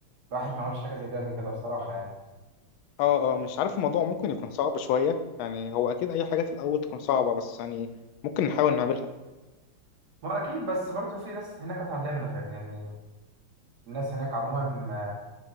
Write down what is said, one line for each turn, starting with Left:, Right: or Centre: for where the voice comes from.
Right: الواحد ما عملش حاجة زي دي قبل كده بصراحة يعني
Left: اه اه مش عارف الموضوع ممكن يكون صعب شوية يعني هو اكيد اي حاجة في الاول تكون صعبة بس يعني ممكن نحاول نعملها
Right: هو أكيد بس برضه في ناس هناك هتعلمنا فاهم يعني الناس هناك عموما